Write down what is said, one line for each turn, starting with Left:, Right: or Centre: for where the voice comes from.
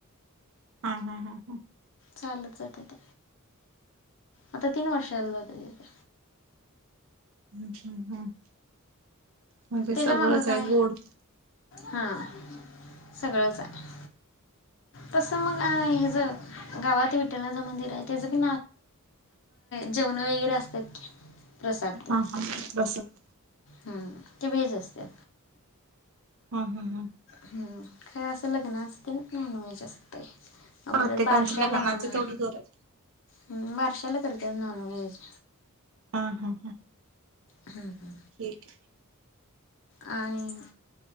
Right: हा. हा. हा. हा.
Left: चालत जात्यात आता तीन वर्ष झाल जात्यात.
Right: हम्म. हम्म. हम्म. म्हणजे
Left: त्याच्या
Right: सगळंच
Left: मागं काय
Right: आहे गोड
Left: हां सगळंच आहे. तस मग अ हेज गावात विठ्ठला च मंदिर आहे त्याच बी जेवण वगैरे असतात की. प्रसाद
Right: हा.
Left: ते
Right: हा. प्रसाद.
Left: हम्म, ते वेज असतंय.
Right: हम्म हम्म हम्म.
Left: हम्म. काय असं लग्नाचा तेन नॉनवेज असतंय, आ
Right: प्रत्येकांच
Left: परत बारशाला
Right: लग्नाच
Left: म्हणा
Right: तेवढं जोर आहे
Left: हम्म बारशाला करत त्यात नॉनवेज
Right: हा हा हा.
Left: हम्म हम्म.
Right: ठीकये.
Left: आणि